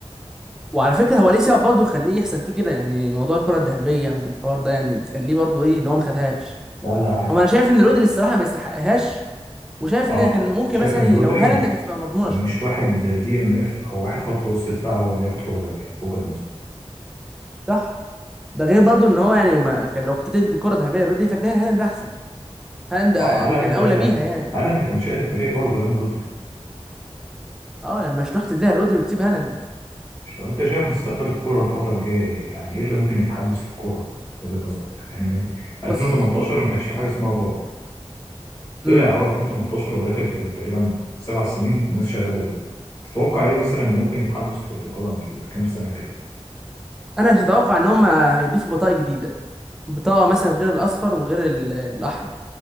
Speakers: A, in the centre; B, on the left (about 30°).
A: وعلى فكره هو ليه سبب برضه يخليه يحصل فيه كده يعني موضوع الكره الذهبيه والحوار ده يعني بيخليه برضه ايه اللي هو ما خدهاش
B: لا لا عادي
A: هو
B: عادي
A: انا شايف ان رودري الصراحه ما يستحقهاش وشايف
B: اه
A: ان كان ممكن
B: شايف
A: مثلا
B: ان رودري
A: لو هالاند
B: مش
A: كانت تبقى مضمونه
B: مش
A: شويه
B: واحد دي ام اف او واحد خط وسط دفاع هو اللي ياخد كره ذهبيه وجهه نظري
A: صح ده غير برضه ان هو يعني ما كان لو كنت تدي الكره الذهبيه لرودري فاديها لهالاند احسن هالاند يعني
B: صح هالاند
A: كان اولى بيها يعني
B: هالاند كان شايل الفريق برضه جنب رودري
A: اه لما مش تروح تديها رودري وتسيب هالاند
B: طب انت شايف مستقبل الكوره الفتره الجايه ايه يعني ايه اللي ممكن يتحدث في الكوره وجهه نظرك يعني من 2018
A: بص
B: ما كانش في حاجه اسمها فار طلع
A: امم
B: هو 2018 وداخل في تقريبا سبع سنين الناس شغاله بيه تتوقع ايه مثلا اللي ممكن يتحدث في كره القدم كام سنه الجايه
A: انا مش اتوقع ان هم هيضيفوا بطاقه جديده بطاقه مثلا غير الاصفر وغير ال- الاحمر